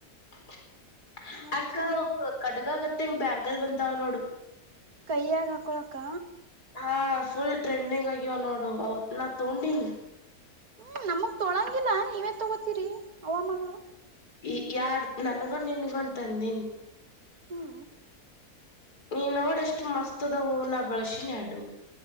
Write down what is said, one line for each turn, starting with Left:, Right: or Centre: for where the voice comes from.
Left: <inaudible>
Right: ಮತ್ತ
Left: ಅಕ್ಕ ಕಡಗ ಮತ್ತೆಂಗ್ ಬ್ಯಾಂಗಲ್ ಬಂದಾವ ನೋಡು
Right: ಕೈಯಾಗ ಹಾಕೊಳಕ್ಕ
Left: ಹಾ ಫುಲ್ ಟ್ರೆಂಡಿಂಗ್ ಆಗ್ಯವ ನೋಡು ಅವ ನಾ ತಗೊಂಡೀಿನಿ
Right: ಹ್ಮ್ ನಮಗ್ ತೊಳಂಗಿಲ್ಲ ನೀವೇ ತಗೋತೀರಿ ಹವಾಮಗಳು
Left: ಈ ಯಾರ್ ನನ್ಗೊ ನಿನ್ಗೂಂತಂದ
Right: ಹಾ
Left: ನೀ ನೋಡಷ್ಟು ಮಸ್ತದವೂ ನ ಬಳಸಿನ ಅಡು